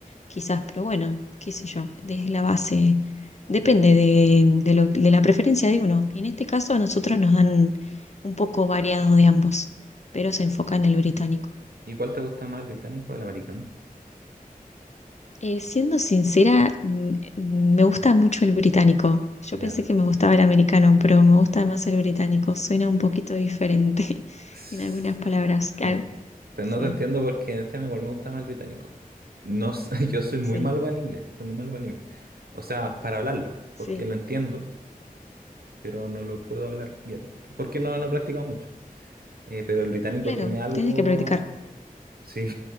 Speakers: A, on the left; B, on the right.
A: quizás, pero bueno, qué sé yo, desde la base, depende de, de lo- de la preferencia de uno. Y en este caso a nosotros nos dan un poco variado de ambos, pero se enfoca en el británico.
B: ¿Y cuál te gusta más, el británico o el americano?
A: Eh, siendo sincera, mm, mm, me gusta mucho el británico. Yo
B: Ya,
A: pensé que me gustaba
B: sí.
A: el americano, pero me gusta más el británico. Suena un poquito diferente <laughs>
B: S-
A: en algunas palabras. Claro,
B: Sí. Te-
A: sí,
B: No te entiendo porque este a mí igual me gusta más el británico. No, sé, <laughs> yo soy muy
A: sí.
B: malo para el inglés, soy muy malo para el inglés. O sea, para hablarlo,
A: Sí,
B: porque lo entiendo, pero no lo puedo hablar bien, porque no, no he practicado mucho. Eh, pero el británico
A: claro,
B: tiene algo...
A: tienes que practicar.
B: Sí,